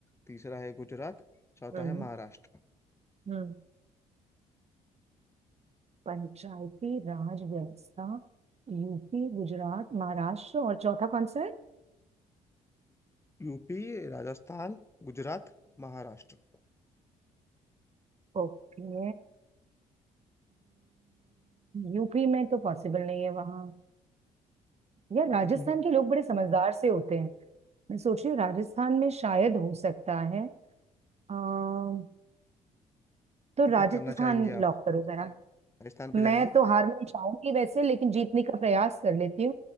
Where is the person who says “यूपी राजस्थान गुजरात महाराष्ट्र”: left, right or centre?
Left